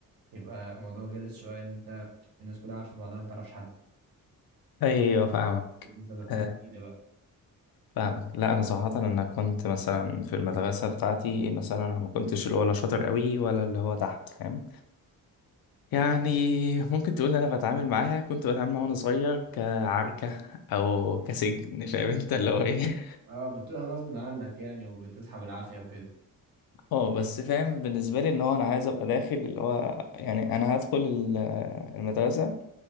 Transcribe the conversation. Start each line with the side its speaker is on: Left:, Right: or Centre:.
Right: يبقى الموضوع غلس شوية إن أنت الناس كلها عارفة بعضها أنت متعرفش حد ولسه
Left: ايوه فاهمك
Right: بتبني صداقات
Left: آه
Right: جديدة بقى
Left: فاهمك لا انا صراحه انا كنت مثلا في المدرسه بتاعتي مثلا انا ما كنتش اللي هو لا شاطر قوي ولا اللي هو تحت فاهم يعني ممكن تقول انا بتعامل معاها كنت بتعامل معاها وانا صغير كعركة او كسجن فاهم انت اللي هو ايه <laughs>
Right: اه بتروح غصب عنك يعني وبتسحب العافية وكده
Left: اه بس فاهم بالنسبة لي ان هو انا عايز ابقى داخل اللي هو يعني انا هدخل ال- آه، المدرسة